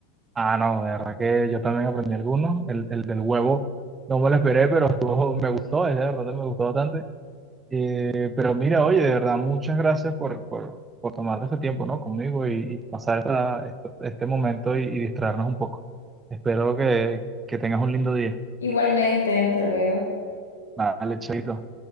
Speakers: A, on the right; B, on the left.
A: Ah, no, de verdad que yo también aprendí algunos. El, el del huevo no me lo esperé, pero estuvo- me gustó, es de verdad me gustó bastante. Eh, pero mira, oye, de verdad, muchas gracias por, por, por tomarte este tiempo, ¿no? Conmigo y, y pasar esta- esta- este momento y, y distraernos un poco. Espero que, que tengas un lindo día.
B: Igualmente, hasta luego.
A: Vale, chaito.